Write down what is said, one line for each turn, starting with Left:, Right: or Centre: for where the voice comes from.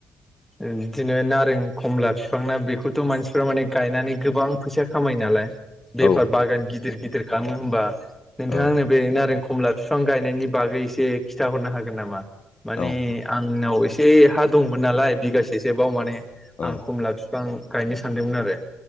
Centre: बिदिनो नारें खमला फिफां ना बेखौथ' मानसिफ्रा माने गायनानै गोबां फैसा खामायो नालाय बेफार
Left: औ
Centre: बागान गिदिर गिदिर खालामो होमबा नोंथाङा
Left: औ
Centre: आंनो बे नारें खमला फिफां गायनायनि बागै एसे खिथाहरनो हागोन नामा माने
Left: औ
Centre: आंनाव इसे से हा दंमोन नालाय बिगासेसो बाव माने
Left: औ
Centre: आं खमला फिफां गायनो सानदोंमोन आरो